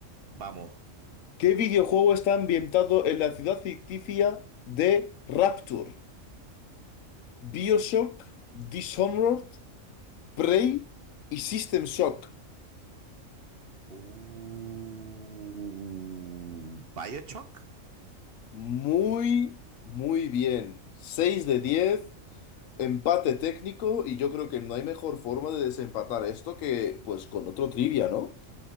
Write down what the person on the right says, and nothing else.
Vamos.
Uh, ¿Bioshock?